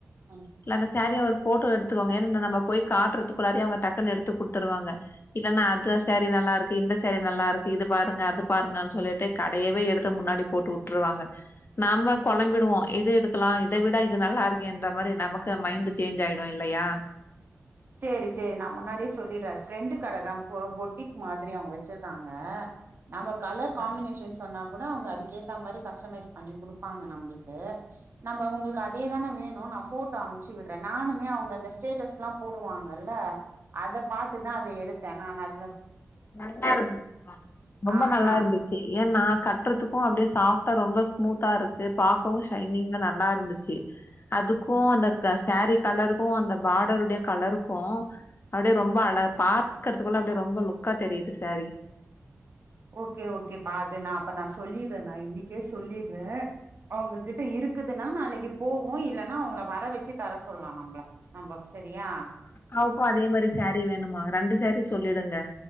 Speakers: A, on the right (about 45°); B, on the left (about 45°).
A: ஆ
B: இல்ல அந்த சாரிய ஒரு ஃபோட்டோ எடுத்துக்கோங்க ஏன்னா ந நம்ம போய் காட்டுறதுக்குள்ளாரயே அவுங்க டக்குனு எடுத்துக் குடுத்துருவாங்க இல்லன்னா அந்த சேரீ நல்லா இருக்கு இந்த சேரீ நல்லா இருக்கு இது பாருங்க அது பாருங்கன்னு சொல்லிட்டு கடையவே எடுத்து முன்னாடி போட்டு வுட்ருவாங்க நம்ம கொழம்பிடுவோ எது எடுக்கலா இத விட இது நல்லா இருக்கேன்ற மாரி நமக்கு மைண்டு சேஞ்ச் ஆயிடு இல்லையா
A: சேரி சேரி நா முன்னாடியே சொல்லிடுறே ஃப்ரெண்டு கட தா போ பொட்டிக் மாதிரி அவுங்க வச்சிருக்காங்க நம்ம
B: சரிப்பா
A: கலர் காம்பினேஷன் சொன்னாக் கூட அவுங்க அதுக்கு ஏத்த மாரி கஸ்டமைஸ் பண்ணி குடுப்பாங்க நம்மளுக்கு நம்ப உங்களுக்கு அதேதானே வேணும் நான் ஃபோட்டோ அன்ப்ச்சு விட்றே நானுமே அவுங்க அந்த ஸ்டேட்டஸ்ல்லா போடுவாங்கல்ல அத பாத்துதா அத எடுத்தே நான் அதுல
B: நல்லா இருந்துச்சுப்பா ரொம்ப
A: ஆ
B: நல்லா
A: நா
B: இருந்தது ஏன்னா கட்றதுக்கும் அப்பிடியே சாஃப்டா ரொம்ப ஸ்மூத்தா இருக்கு பாக்கவு ஷைனிங்கா நல்லா இருந்துச் ச்சு அதுக்கும் அந்த க சாரி கலருக்கும் அந்த பார்டருடைய கலருக்கும் அப்டியே ரொம்ப அழ பாக்கிறதுதுக்குள்ள அப்டி ரொம்ப லுக்கா தெரியுது சாரீ
A: ஓகே ஒகேப்பா அது நா அப்ப நா சொல்லிறே நா இன்னைக்கே சொல்லிறே அவங்ககிட்ட இருக்குதுனா நாளைக்கு போவோ இல்லைன்னா அவங்கள வர வச்சு தர சொல்லா நம்ப நம்ப சரியா
B: அவக்கு அதே மாரி சேரீ வேணுமா ரெண்டு சேரீ சொல்லிடுங்க